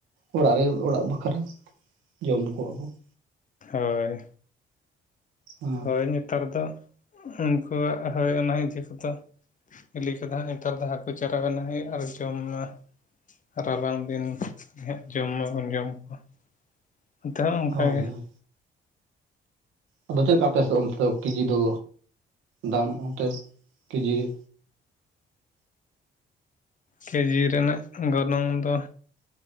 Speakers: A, on the right; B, on the left.
A: ᱚᱲᱟᱜ ᱨᱮ ᱚᱲᱟᱜ ᱵᱟᱠᱷᱟᱨᱟ ᱾ ᱡᱚᱢ ᱠᱚᱣᱟ ᱠᱚ ᱾
B: ᱦᱚᱭ ᱾
A: ᱦᱚ ᱾
B: ᱦᱚᱭ ᱱᱮᱛᱟᱨ ᱫᱚ ᱩᱱᱠᱩᱣᱟᱜ ᱦᱚᱭ ᱚᱱᱟ ᱤᱭᱟᱹ ᱠᱚᱫᱚ ᱵᱤᱞᱤ ᱠᱚᱫᱚ ᱦᱟᱸᱜ ᱱᱮᱛᱟᱨ ᱫᱚ ᱦᱟᱹᱠᱩ ᱪᱟᱨᱟ ᱠᱟᱱᱟᱣ ᱦᱩᱭᱩᱜ-ᱟ, ᱟᱨ ᱡᱚᱢᱟ ᱨᱟᱵᱟᱝ ᱫᱤᱱ ᱦᱟᱸᱜ ᱡᱚᱢ ᱢᱟᱵᱚᱱ ᱡᱚᱢ ᱠᱚᱣᱟ ᱚᱱᱛᱮ ᱦᱚᱸ ᱚᱝᱠᱟ
A: ᱦᱳᱭ
B: ᱜᱮ
A: ᱦᱳᱭ
B: ᱾
A: ᱟᱫᱚ ᱪᱮᱫ ᱞᱮᱠᱟ ᱟᱯᱮᱥᱮᱜ ᱚᱱᱛᱮ ᱫᱚ ᱠᱤᱡᱤ ᱫᱚ ᱫᱟᱢ ᱚᱱᱛᱮ ᱠᱤᱡᱤ ᱨᱮ?
B: ᱠᱤᱡᱤ ᱨᱮᱱᱟᱜ ᱜᱚᱱᱚᱝ ᱫᱚ